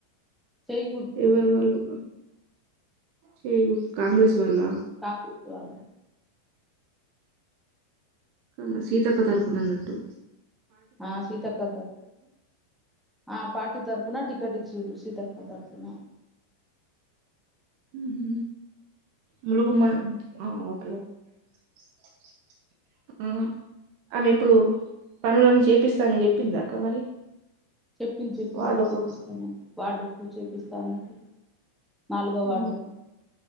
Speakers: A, in the centre; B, on the right.
A: చేయి గుర్తు
B: ఎవరి వాళ్ళు. చేయ్ గుర్తు కాంగ్రెస్ వాళ్ళ
A: కాంగ్రెస్ వాళ్ళు
B: కాగా సీతక్క తరపునన్నట్టు
A: ఆ సీతక్క తర్ప్ ఆ పార్టి తరపున టీ కెట్ ఇచ్చిరు సీతక్క తరపున
B: మ్ హు ములుగుమ ఆ ఓకే. <inaudible> ఆ ఆమె ఇప్పుడు పనులన్నీ చేపిస్తానని చెప్పిందాక్క మరి
A: చెప్పింది చెప్పింది
B: వార్డుకు
A: చేపిస్తానని వార్డుకు చేపిస్తా అన్నది. నాలుగో
B: ఆ
A: వార్డుకు